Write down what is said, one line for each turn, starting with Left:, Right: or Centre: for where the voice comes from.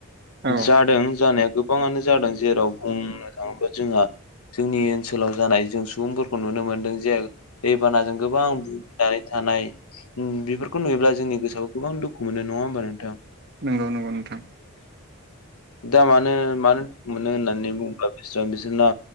Right: औ
Left: जादों जानाया गोबाङानो जादों जेराव बुंनो थाङोबा जोंहा जोंनि ओनसोलाव जानाय जों सुबुंफोरखौ नुनो मोनदों जे दैबानाजों गोबां भुगिनानै थानाय बेफोरखौ नुयोब्ला जोंनि गोसोआव गोबां दुखु मोनो नङा होमबा नोंथां।
Right: नंगौ नंगौ नोंथां।
Left: दा मानो मानो मोनो होननानै बुङोब्ला बिस बिसोरना